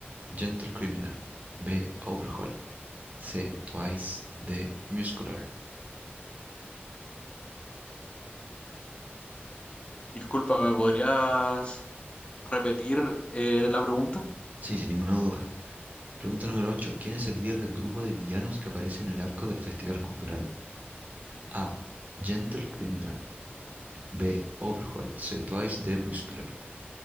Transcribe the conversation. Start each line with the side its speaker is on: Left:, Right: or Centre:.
Right: Gentle Criminal. B. Overhaul. C. Twice. D. Muscular.
Left: Disculpa, ¿me podrías repetir eh, la pregunta?
Right: Sí, sin ninguna duda. Pregunta número 8. ¿Quién es el líder del grupo de villanos que aparece en el arco del Festival Cultural? A. Gentle Criminal. B. Overhaul. C. Twice. D. Muscular.